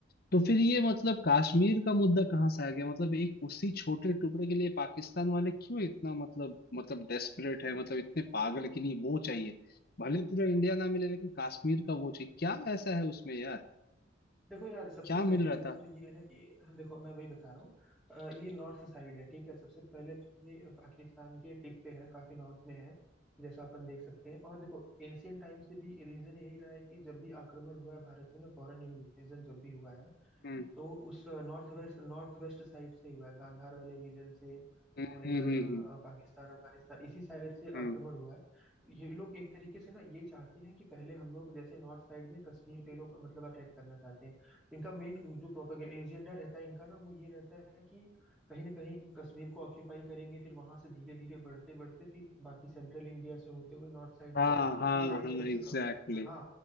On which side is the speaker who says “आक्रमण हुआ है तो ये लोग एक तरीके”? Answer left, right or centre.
Centre